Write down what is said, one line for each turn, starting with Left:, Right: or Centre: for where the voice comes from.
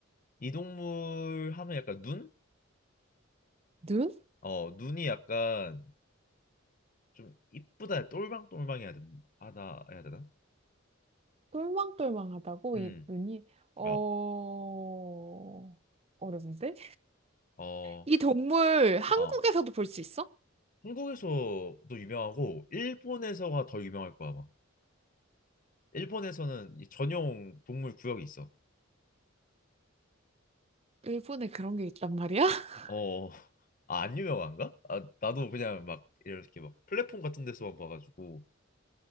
Left: 이 동물 하면 약간 눈?
Right: 눈?
Left: 어, 눈이 약간, 좀 이쁘다 똘망똘망해야 된 하다 해야 되나?
Right: 똘망똘망하다고?
Left: 음.
Right: 이 눈이, 어,
Left: 어.
Right: 어려운데?
Left: 어.
Right: 이 동물 한국에서도
Left: 어.
Right: 볼 수 있어?
Left: 한국에서도 유명하고 일본에서가 더 유명할 거야, 아마. 일본에서는 이 전용 동물 구역이 있어.
Right: 일본에 그런 게 있단 말이야? <laughs>
Left: 어. <laughs> 아, 안 유명한가? 아, 나도 그냥 막 이렇게 막 플랫폼 같은 데서만 봐가지고